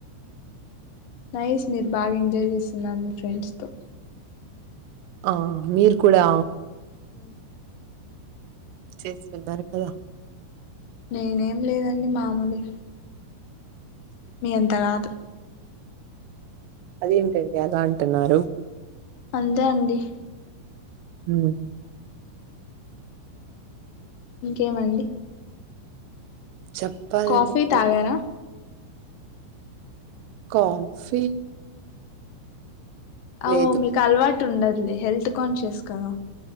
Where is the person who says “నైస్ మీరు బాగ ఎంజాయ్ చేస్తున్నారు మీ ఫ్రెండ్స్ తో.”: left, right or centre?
Left